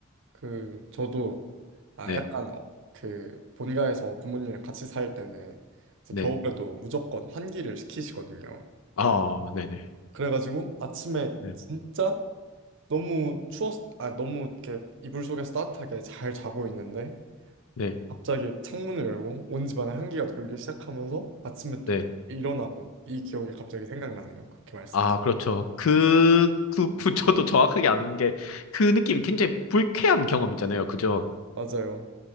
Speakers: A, on the right; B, on the left.
A: 그 저도 아
B: 네,
A: 약간 어, 그 본가에서 부모님이랑 같이 살 때는 이제
B: 네.
A: 겨울에도 무조건 환기를 시키시거든요.
B: 아, 네 네.
A: 그래가지고 아침에
B: 네.
A: 진짜 너무 추웠, 아, 너무 이렇게 이불 속에서 따뜻하게 잘 자고 있는데
B: 네.
A: 갑자기 창문을 열고 온 집안에 한기가 돌기 시작하면서 아침에 또
B: 네.
A: 막 일어나고 이 기억이 갑자기 생각나네요. 그렇게 말씀하셨.
B: 아, 그렇죠. 그, 그, 부- <laughs> 저도 정확하게 아는 게, 그 느낌이 굉장히 불쾌한 경험이잖아요. 그죠?
A: 맞아요.